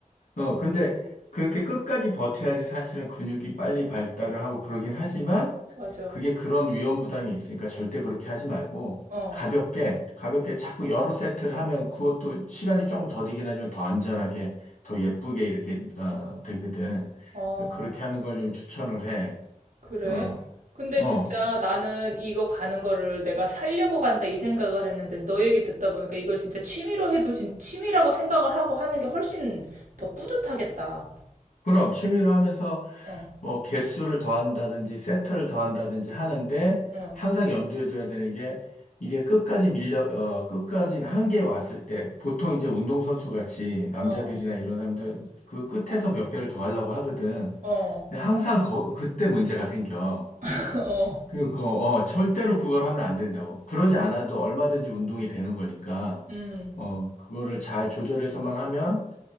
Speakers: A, on the left (about 65°); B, on the right (about 70°).
A: 어, 근데 그렇게 끝까지 버텨야지 사실은 근육이 빨리 발달을 하고 그러긴 하지만
B: 맞아.
A: 그게 그런 위험 부담이 있으니까 절대 그렇게 하지 말고
B: 어,
A: 가볍게, 가볍게 자꾸 여러 세트를 하면 그것도 시간이 조금 더디긴 하지만 더 안전하게, 더 예쁘게 이렇게, 어, 되거든.
B: 어.
A: 그러니까 그렇게 하는 걸 좀 추천을 해.
B: 그래?
A: 어,
B: 근데
A: 어.
B: 진짜 나는 이거 가는 거를 내가 살려고 간다 이 생각을 했는데 너 얘기 듣다 보니까 이걸 진짜 취미로 해도 진, 취미라고 생각을 하고 하는 게 훨씬 더 뿌듯하겠다.
A: 그럼 취미로 하면서
B: 어,
A: 뭐 개수를 더한다든지 세트를 더한다든지 하는데
B: 어,
A: 항상 염두에 둬야 되는 게 이게 끝까지 밀려 어 끝까지 한계에 왔을 때 보통 이제 운동선수 같이 남자들이나
B: 어,
A: 이런 사람들 그 끝에서 몇 개를 더 하려고 하거든.
B: 어, 어, 어,
A: 근데 항상 거- 그때 문제가 생겨.
B: <laughs> 어,
A: 그러니까 어 절대로 그걸 하면 안 된다고. 그러지 않아도 얼마든지 운동이 되는 거니까
B: 음,
A: 어 그거를 잘 조절해서만 하면